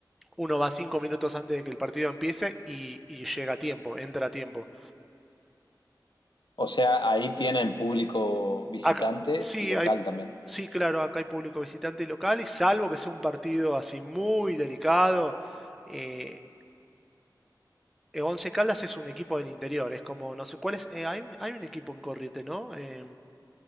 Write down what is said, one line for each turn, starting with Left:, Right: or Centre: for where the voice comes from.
Centre: uno va cinco minutos antes de que el partido empiece y, y llega a tiempo, entra a tiempo.
Left: O sea, ahí tienen público visitante
Centre: Acá, sí,
Left: y local
Centre: hay,
Left: también.
Centre: sí, claro, acá hay público visitante y local, y salvo que sea un partido así muy delicado, eh, Once Caldas es un equipo del interior, es como, no sé, ¿cuál es? Eh, hay, un, hay un equipo en corriente, ¿no? Eh,